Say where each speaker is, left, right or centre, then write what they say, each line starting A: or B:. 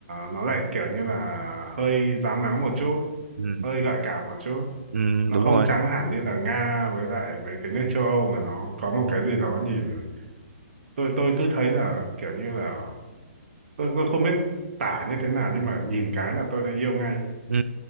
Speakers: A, on the right (about 55°); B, on the right (about 80°).
A: nó lại kiểu như là hơi rám nắng một chút
B: ừ,
A: hơi gợi cảm một chút
B: ừ,
A: nó
B: đúng
A: không
B: rồi
A: trắng hẳn như là Nga với lại mấy cái nước châu Âu mà nó có một cái gì đó nhìn tôi tôi cứ thấy là kiểu như là tôi tôi không biết tả như thế nào nhưng mà nhìn cái là tôi đã yêu ngay ấy.
B: ừ.